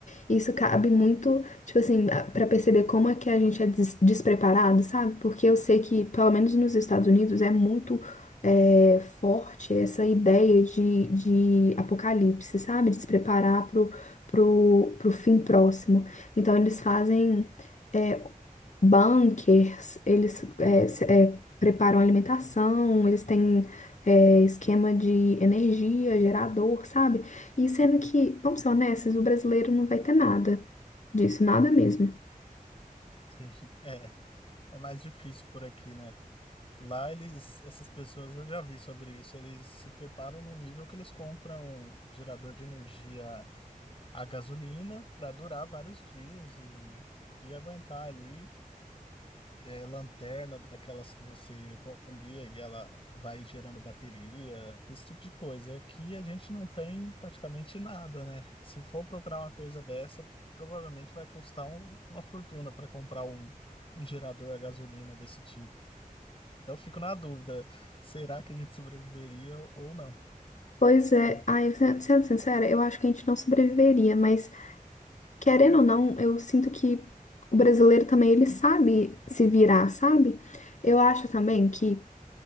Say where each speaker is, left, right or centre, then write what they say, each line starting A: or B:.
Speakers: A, on the left; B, on the left.
A: e Isso cabe muito, tipo assim, a- pra perceber como é que a gente é des- despreparado, sabe? Porque eu sei que, pelo menos nos Estados Unidos, é muito é, forte essa ideia de, de apocalipse, sabe? De se preparar pro, pro, pro fim próximo. Então, eles fazem. é, bunkers, eles é, se- é, preparam alimentação, eles têm é, esquema de energia, gerador, sabe? E sendo que, vamos ser honestos, o brasileiro não vai ter nada disso, nada mesmo.
B: Sim. <laughs> É. É mais difícil por aqui, né? Lá eles, essas pessoas, eu já vi sobre isso, eles se preparam num nível que eles compram um gerador de energia a gasolina para durar vários dias e, e aguentar ali. É, lanterna daquelas que você bombia e ela vai gerando bateria, esse tipo de coisa. Aqui a gente não tem praticamente nada, né? Se for procurar uma coisa dessa, provavelmente vai custar um- uma fortuna para comprar um, um gerador a gasolina desse tipo. Então eu fico na dúvida, será que a gente sobreviveria ou não?
A: Pois é, ai, se- sendo sincera, eu acho que a gente não sobreviveria, mas querendo ou não, eu sinto que o brasileiro também, ele sabe se virar, sabe? Eu acho também que